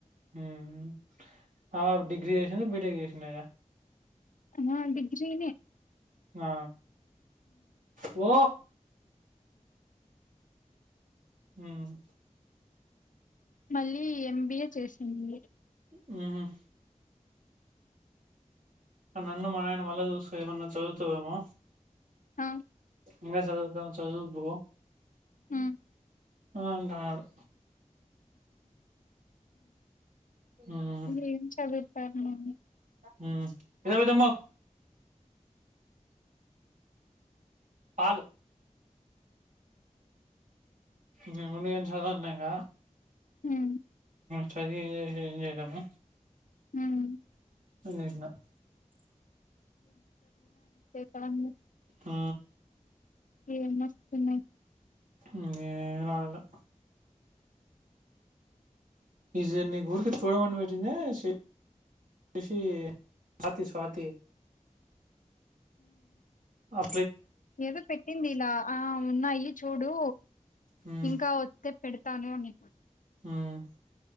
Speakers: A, on the right (about 80°); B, on the left (about 80°).
A: ఉం డిగ్రీ చేసింద బిటెక్ చేసింద
B: ఆ డిగ్రీనే
A: ఆ ఓ హ్మ్
B: మళ్ళీ ఎం బి ఏ చేసింది
A: హ్మ్ నన్ను మా ఆయన మళ్ళీ చూసుకు ఏమన్నా చదువుతవేమో
B: ఆ
A: ఇంగ చదు చదువు పో
B: ఉ
A: అవుంట ఆడు హ్మ్.
B: ఉ ఏం చదువ్తాళ్ళు
A: హ్మ్ ఏదా విధమ్మా పాలు మేవుండి చదువంలే ఇంగ
B: ఉమ్,
A: చదివి ఏం చేయలేము
B: హ్మ్
A: నిన్న
B: అ
A: ఆ
B: ఏ మస్త ఉన్నయ్
A: ఏం రాలలో ఇది ఊరుకి చూడమని వెట్టిందా ఎస్ సి స్తి స్వాతి అ
B: ఏదో పెట్టింది ఇలా ఆ ఉన్నాయి చూడు
A: హ్మ్.
B: ఇంకా వత్తెప్ పెడతాను అని
A: హ్మ్